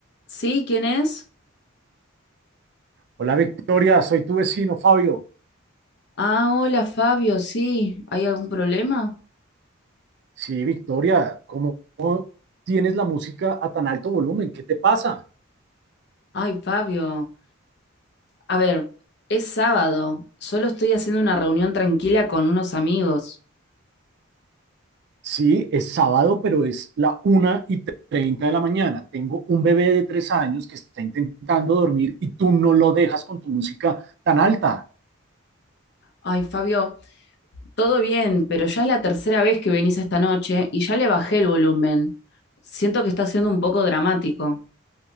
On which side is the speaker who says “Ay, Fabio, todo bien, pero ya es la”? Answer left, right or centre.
Left